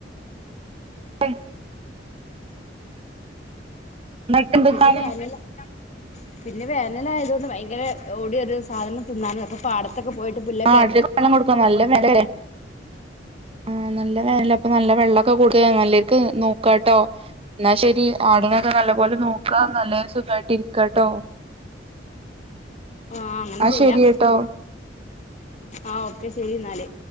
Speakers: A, on the right; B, on the left.
A: അയ് <inaudible>
B: പിന്നെ വേനലാ പിന്നെ വേനലായത് കൊണ്ട് ഭയങ്കര ഓടിയൊ ഒരു സാധനം തിന്നാണ് അപ്പൊ പാടത്തൊക്കെ പോയിട്ട് പുല്ലൊ
A: ആട്ടിനെക്ക വെള്ളം കൊടുക്കണം നല്ല വെയിലല്ലേ ആ നല്ല വേനല്ല അപ്പൊ നല്ല വെള്ളൊക്കെ
B: നല്ല
A: കൊടുക്ക
B: വേദനയല്ലേ
A: നല്ലർക്ക് നോക്കാട്ടോ എന്നാ ശരി ആടിനൊക്കെ നല്ല പോലെ നോക്കാ നല്ല സുഖായിട്ട് ഇരിക്കിട്ടോ
B: ആഹ് അങ്ങനെ
A: എന്നാ
B: ചെയ്യാ
A: ശരിട്ടോ
B: ആഹ് ഓക്കെ ശരി എന്നാല്